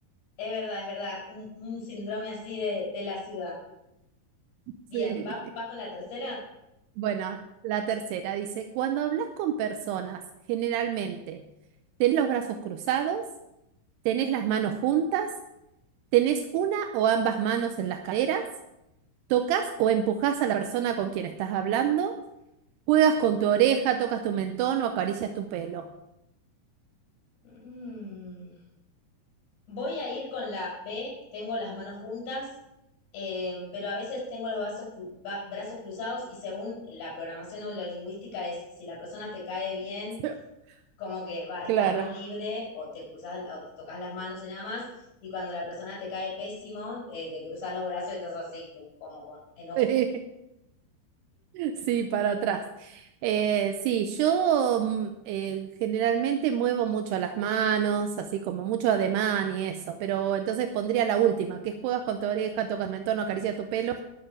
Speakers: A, on the left; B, on the right.
A: Es verdad, es verdad, un, un síndrome así de de la ciudad.
B: Sí.
A: Bien, ¿va, va con la tercera?
B: Bueno, la tercera dice, cuando hablas con personas, generalmente, ¿tenés los brazos cruzados? ¿Tenés las manos juntas? ¿Tenés una o ambas manos en las caderas? ¿Tocas o empujás a la persona con quien estás hablando? ¿Juegas con tu oreja, tocas tu mentón o acaricias tu pelo?
A: Mm, Voy a ir con la B, tengo las manos juntas, eh, pero a veces tengo los vasos cru- ba- brazos cruzados y según la programación o la lingüística es si la persona te cae bien,
B: <laughs>
A: como que va, estás
B: Claro.
A: más libre o te cruzas o te tocas las manos y nada más, y cuando la persona te cae pésimo, eh, te cruzas los brazos y estás así como como con enojo.
B: <laughs> Sí, para atrás. Eh, sí, yo mm, eh, generalmente muevo mucho las manos, así como mucho ademán y eso, pero entonces pondría la última, que es juegas con tu oreja, tocas mentón, acaricia tu pelo.